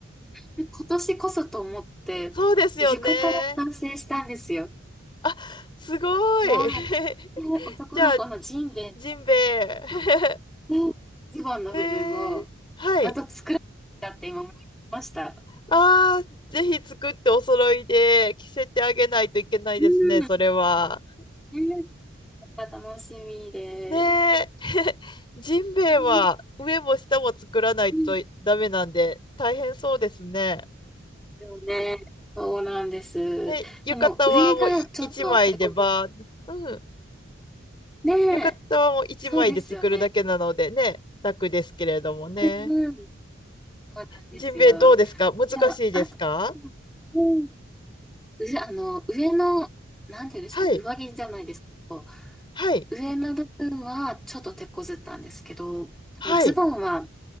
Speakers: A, in the centre; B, on the left.
A: で今年こそと思って、
B: そうですよね。
A: で浴衣が完成したんですよ。
B: あ、すごい。
A: わあ、
B: <laughs>
A: で、男の子のジンベエ
B: じゃあ、ジンベエ。
A: あの、うん、ズボンの部分を、
B: <laughs> えー、はい。
A: あと作らなきゃって今思いました。
B: ああ、ぜひ作ってお揃いで着せてあげないといけないですね、
A: うん、ね
B: それは。
A: え。楽しみで。
B: ねえ、<laughs> ジンベエは上も下も作らないとダメなんで大変そうですね。
A: うんうん。よね。そうなんです。
B: で、浴衣はもうい一枚でば、
A: でも上がちょっと手こず
B: うん、
A: ねえ、
B: 浴衣はもう一枚で作るだけなのでね、
A: そうですよね。
B: 楽ですけれどもね。
A: うんうん。そうなんですよ。
B: ジンベエどうですか難しいですか
A: あと、うん。うあの、上の、なんていうんですかね、
B: はい、
A: 上着じゃないですけど、
B: はい、
A: 上の部分はちょっと手こずったんですけど、
B: はい。
A: でもズボンは